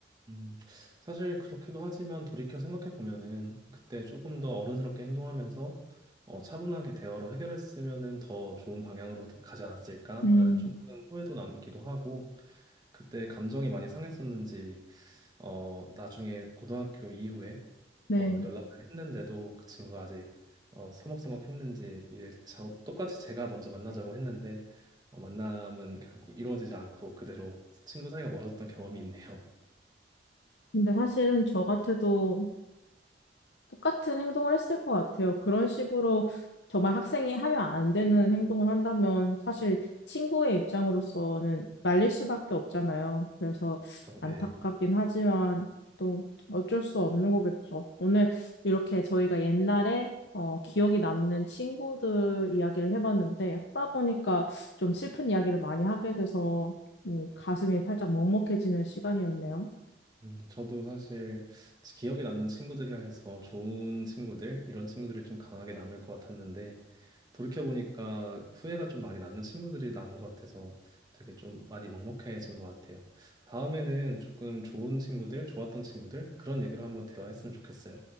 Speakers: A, on the right (about 25°); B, on the left (about 75°).
A: 음, 사실 그렇기도 하지만 돌이켜 생각해 보면은 그때 조금 더 어른스럽게 행동하면서 어, 차분하게 대화로 해결했으면은 더 좋은 방향으로 가지 않았을까라는
B: 음,
A: 조금 후회도 남기도 하고 그때 감정이 많이 상했었는지 어, 나중에 고등학교 이후에
B: 네.
A: 어, 연락을 했는데도 그 친구가 아직 어, 서먹서먹했는지 이제 저 똑같이 제가 먼저 만나자고 했는데 어, 만남은 결국 이루어지지 않고 그대로 친구 사이가 멀어졌던 경험이 있네요.
B: 근데 사실은 저 같아도 똑같은 행동을 했을 것 같아요. 그런 식으로 정말 학생이 하면 안 되는 행동을 한다면 사실 친구의 입장으로서는 말릴 수밖에 없잖아요. 그래서
A: <laughs> 그래서,
B: 안타깝긴
A: 네.
B: 하지만 또 어쩔 수 없는 거겠죠. 오늘 이렇게 저희가 옛날에 어, 기억이 남는 친구들 이야기를 해봤는데 하다 보니까 좀 슬픈 이야기를 많이 하게 돼서 음, 가슴이 살짝 먹먹해지는 시간이었네요.
A: 음, 저도 사실 기억에 남는 친구들이라 해서 좋은 친구들, 이런 친구들이 좀 강하게 남을 것 같았는데, 돌이켜보니까 후회가 좀 많이 남는 친구들이 나는 것 같아서 되게 좀 많이 먹먹해진 것 같아요. 다음에는 조금 좋은 친구들, 좋았던 친구들, 그런 얘기로 한번 대화했으면 좋겠어요.